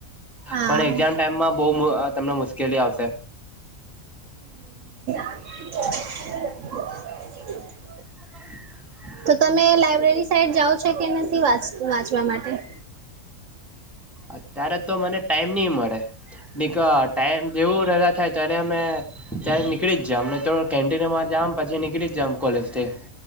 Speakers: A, on the right; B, in the centre.
A: હા
B: પણ એક્ઝામ
A: હમ
B: ટાઈમમાં બહુ તમને મુશ્કેલી આવશે- <inaudible>
A: <inaudible>
B: <inaudible>
A: તો તમે લઇબ્રેરી સાઈડ જાઓ છો કે નથી વાંચ વાંચવા માટે-
B: અત્યારે તો મને ટાઈમ નહ મળે- નનીક ટાઈમ જેવું રહા થાય ત્યારે અમે- ત્યારે નીકળી જ અને તો કેન્ટીનમાં જ પછી નીકળી જમ કોલેજ થી